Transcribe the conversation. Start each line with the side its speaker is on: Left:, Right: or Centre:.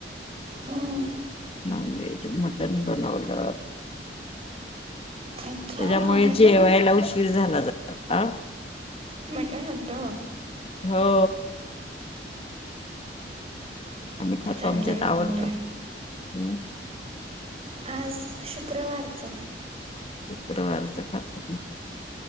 Right: हम्म.
Left: नॉनव्हेज मटन बनवल.
Right: अच्छा
Left: त्याच्यामुळे
Right: मटन
Left: जेवायला
Right: होत
Left: उशीर झाला <unintelligible>
Right: मटण होत.
Left: हो! आम्ही खातो
Right: चांगलं
Left: आमच्यात
Right: आहे चांगलं
Left: आवडत
Right: आहे.
Left: ह!
Right: आज शुक्रवारचं?
Left: शुक्रवाराच खातात ना!